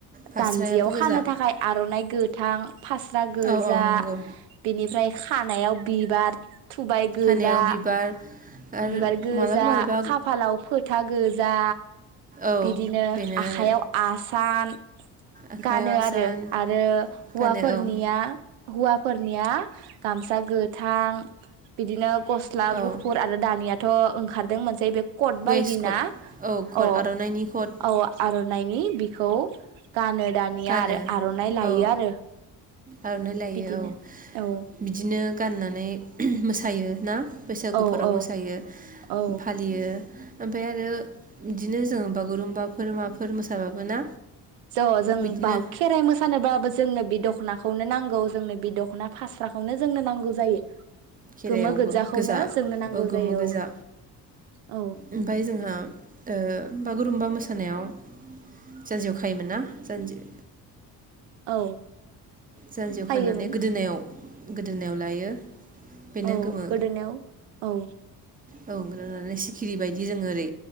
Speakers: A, on the right; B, on the right.
A: फास्रायाबो
B: जान्जियाव
A: गोजा
B: खानो थाखाय आर'नाइ गोथां फास्रा गोजा
A: औ औ नंगौ
B: बेनिफ्राय खानायाव बिबार थुबाय गो
A: खानायाव
B: जा
A: बिबार आरो
B: बिबार गोजा
A: मालाबा मालाबा
B: खाफालाव फो था गोजा
A: औ
B: बिदिनो
A: बेनो
B: आखाइयाव
A: आरो
B: आसान
A: आखाइयाव
B: गानो
A: आसान
B: आरो आरो हौवाफोरनिया
A: गानो औ
B: हौवाफोरनिया गामसा गोथां बिदिनो गस्ला
A: औ
B: गुफुर आरो दानिया थ' ओंखारदों मोनसे बे कट
A: वेस्ट
B: बायदिना
A: कट औ कट
B: अ
A: आर'नाइनि कट
B: औ आर' नायनि बिखौ गानो दानिया
A: गानो
B: आरो आर'नाइ लायो
A: औ
B: आरो
A: आर'नाइ लायो
B: बिदिनो
A: औ
B: औ
A: बिदिनो गाननानै मोसायो ना बैसागुफोराव
B: औ औ
A: मोसायो
B: औ
A: फालियो ओमफाय आरो इदिनो जों बागुरुम्बाफोर माफोर मोसाबाबो ना
B: ज' जों
A: बिदिनो
B: बाग खेराइ मोसानोबाबो जोंनो बिदि दख'नाखौनो नांगौ जोंनो बि दख'ना फास्राखौनो जोंनो नांगौ जायो।
A: खेराइयावबो
B: गोमो गोजाखौनो
A: गोजा
B: जोंनो नांगौ
A: ओ गोमो
B: जायो
A: गोजा
B: औ
A: ओमफाय जोंहा ओ बागुरुम्बा मोसानायाव जान्जियाव खायोमोन ना। जान्जि
B: औ।
A: जान्जियाव
B: खायोमोन
A: खानानै गोदोनायाव गोदोनायाव लायो। बेनो
B: औ
A: गोमो
B: गोदोनेव औ।
A: औ <unintelligible> सिखिरि बायदि जोङो ओरै